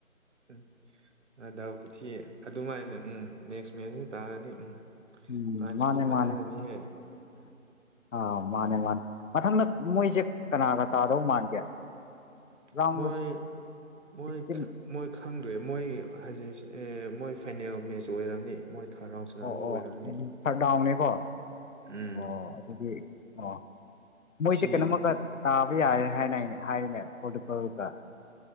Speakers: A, on the right (about 60°); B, on the left (about 65°).
A: ꯎꯝ ꯑꯗ ꯈꯨꯊꯤ ꯑꯗꯨꯃꯥꯏꯅ ꯎꯝ ꯅꯦꯛꯁ ꯃꯦꯠꯆꯁꯤ ꯇꯥꯔꯗꯤ ꯎꯝ
B: ꯎꯝ
A: ꯐ꯭ꯔꯥꯟꯁꯁꯤꯗꯤ
B: ꯃꯥꯅꯦ
A: ꯐꯠꯍꯔꯅꯤꯍꯦ
B: ꯃꯥꯅꯦ ꯑꯥ ꯃꯥꯅꯦ ꯃꯥꯅꯦ ꯃꯊꯪꯗ ꯃꯣꯏꯁꯦ ꯀꯅꯥꯒ ꯇꯥꯗꯧ ꯃꯥꯟꯒꯦ ꯔꯥꯎꯟ
A: ꯃꯣꯏ ꯃꯣꯏ
B: ꯁꯤꯛꯁꯇꯤꯟ
A: ꯃꯣꯏ ꯈ ꯃꯣꯏ ꯍꯧꯖꯤꯛꯁꯦ ꯃꯣꯏ ꯐꯥꯏꯅꯦꯜ ꯃꯦꯠꯆ ꯑꯣꯏꯔꯝꯅꯤ ꯃꯣꯏ ꯊꯥꯔꯠ ꯔꯥꯎꯟ ꯁꯅꯥꯕꯨ
B: ꯑꯣ
A: ꯑꯣꯏꯔꯝꯅꯤ
B: ꯑꯣꯎꯅꯦ ꯀꯣ
A: ꯎꯝ
B: ꯑꯣ ꯑꯗꯨꯗꯤ ꯑꯣ ꯃꯣꯏꯁꯦ
A: ꯁꯤ
B: ꯀꯩꯅꯣꯝꯃꯒ ꯇꯥꯕ ꯌꯥꯔꯦ ꯍꯥꯏꯅ ꯑ ꯍꯥꯏꯔꯤꯅꯦ ꯄꯣꯇꯨꯀꯜꯒ